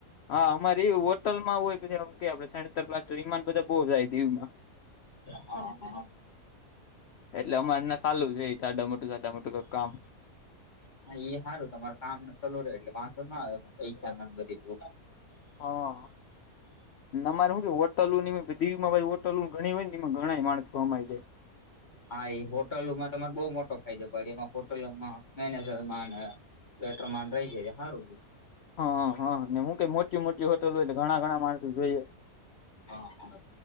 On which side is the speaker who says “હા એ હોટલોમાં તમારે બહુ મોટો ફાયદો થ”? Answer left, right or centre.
Left